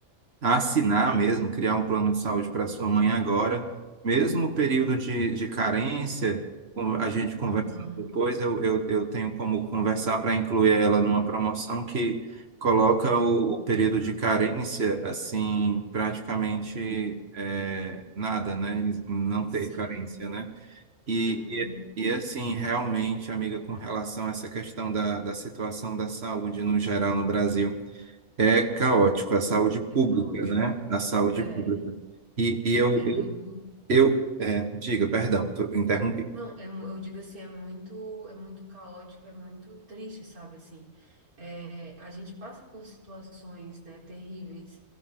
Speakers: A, on the right (about 45°); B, on the right (about 65°).
A: assinar mesmo, criar um plano de saúde para sua mãe agora, mesmo o período de, de carência, com- a gente conversa
B: aham,
A: depois, eu, eu, eu tenho como conversar para incluir ela numa promoção que coloca o, o período de carência, assim, praticamente é, nada, né? Não
B: Sim.
A: ter carência, né? E,
B: Uhum.
A: e, e, assim, realmente, amiga, com relação a essa questão da, da situação da saúde no geral no Brasil, é caótico, a saúde pública,
B: É caótico.
A: né? A saúde
B: É,
A: pública. E, e eu,
B: é
A: eu,
B: muito.
A: eu é, diga, perdão, tô, interrompi.
B: Não, é, mu- eu digo assim, é muito, é muito caótico, é muito triste, sabe, assim, é, a gente passa por situações, né, terríveis,